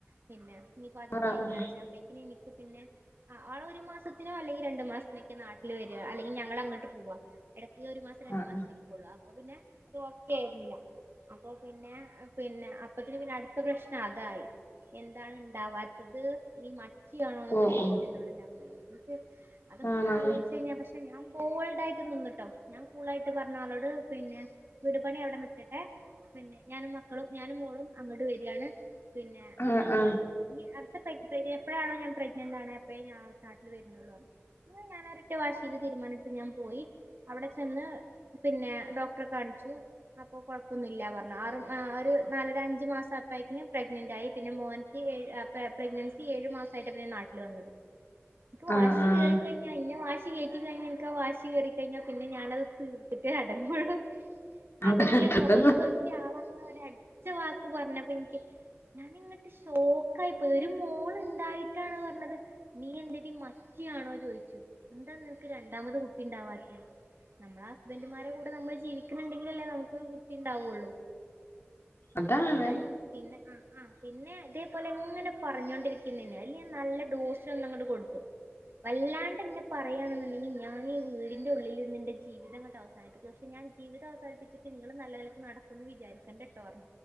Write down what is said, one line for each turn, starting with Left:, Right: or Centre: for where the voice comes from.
Right: പിന്നെ ഇനിപ്പ അധികം
Left: ആഹ്
Right: വൈക്കണ അപ്പയ്ക്ക്ന് എനിക്ക് പിന്നെ ആഹ് ആള് ഒരു മാസത്തിനോ അല്ലെങ്കി രണ്ടു മാസത്തിനൊക്കെ നാട്ടില് വരാ അല്ലെങ്കി ഞങ്ങള് അങ്ങട്ട് പോവാ ഇടയ്ക്ക് ഈ ഒരു മാസം രണ്ടു
Left: ആഹ്
Right: മാസം നിക്കൊള്ളു അപ്പൊ പിന്നെ അത് ഓക്കെ ആയിരുന്നില്ല അപ്പൊ പിന്നെ പിന്നെ അപ്പത്തിന് പിന്നെ അടുത്ത പ്രശ്നം അതായി എന്താണ് ഇണ്ടാവാത്തത് നീ മച്ചിയാണോ ന്നൊക്കെ
Left: ഓ
Right: ചോയിച്ചു
Left: ഓ
Right: എന്നോട് ഇന്റെ അമ്മായിമ്മ അതൊക്കൊന്ന്
Left: ആണോ
Right: ആലോയിച്ചഴിഞ്ഞാ പഷെ ഞാൻ ബോൾഡായിട്ട് നിന്ന്ട്ടോ ഞാൻ കൂളായിട്ട് പറഞ്ഞ് ആളോട് പിന്നെ വീട് പണി അവ്ടെ നിക്കട്ടെ പിന്നെ ഞാനും മക്കളും ഞാനും മോളും അങ്ങട്ട് വരാണ് പിന്നെ
Left: ആഹ്
Right: ഇന്നിട്ട്
Left: ആഹ്
Right: ഇനി അട്ത്ത പ്രഗ്നി എപ്പഴാണോ ഞാൻ പ്രെഗ്നന്റ് ആവ്ണ് അപ്പഴേ ഞാൻ നാട്ടില് വര്ന്നൊള്ളൂ അന്ന് ഞാനാ ഒരറ്റ വാശില് തീരുമാനട്ത്ത് ഞാൻ പോയി അവിടെ ചെന്ന് പിന്നെ ഡോക്ടറെ കാണിച്ചു അപ്പൊ കൊഴപ്പൊന്നുല്ല പറഞ്ഞു ആറ് ഒരു നാലര അഞ്ചു മാസപ്പയേക്ക്ന് പ്രഗ്നന്റ് ആയി പിന്നെ മോൻ ക്ക് പ്രഗ്നൻസി ഏഴു മാസായിട്ടാ പിന്നെ നാട്ടില് വന്നത് ഇപ്പൊ
Left: ആഹ്
Right: വാശി
Left: ആഹ്
Right: ക്കേറിക്കഴിഞ്ഞാ ഇന്നെ വാശി കേറ്റി കഴിഞ്ഞാൽ എനിക്കാ വാശി കേറിക്കഴിഞാ പിന്നെ ഞാനത് തീർത്തിട്ടെ അടങ്ങുള്ളൂ അത്
Left: അതിനകത്തുണ്ട്
Right: ന്റെ മുഖത്തൊക്കി ആളങ്ങനെ ഒരു അടിച്ച വാക്ക് പറഞ്ഞപ്പ ഇൻക്ക് ഞാനിങ്ങട്ട് ഷോക്കായി പ്പോയി ഒരു മോളുണ്ടായിട്ടാണ് പറഞ്ഞത് നീ എന്തെടി മച്ചിയാണോ ചോയിച്ചു എന്താ നിനക്ക് രണ്ടാമത് കുട്ടി ണ്ടാവാത്തെ നമ്മളെ ഹസ്ബന്റ് മാരെ കൂടെ നമ്മള് ജീവിക്കുന്നുണ്ടെങ്കിലല്ലേ നമുക്ക് കുട്ടി ഉണ്ടാവുള്ളു
Left: അതാണ്
Right: അതായി പിന്നെ ആഹ് ആഹ് ആ പിന്നെ അതേപോലെ ഇങ്ങനെ പറഞ്ഞോണ്ടിരിക്കുന്നന്നേ ആയില് ഞാൻ നല്ല ഡോസങ്ങോട്ട് കൊടുത്തു വല്ലാണ്ടന്നെ പറയാണെന്നുണ്ടെങ്കില് ഞാൻ ഈ വീടിന്റെ ഉള്ളില് നിന്റെ ജീവിതങ്ങട്ട് അവസാനിപ്പിക്കും പക്ഷേ ഞാൻ ജീവിതം അവസാനിപ്പിച്ചിട്ട് നിങ്ങള് നല്ല നിലക്ക്നടക്കുന്ന് വിചാരിക്കണ്ട ട്ടോ പറഞു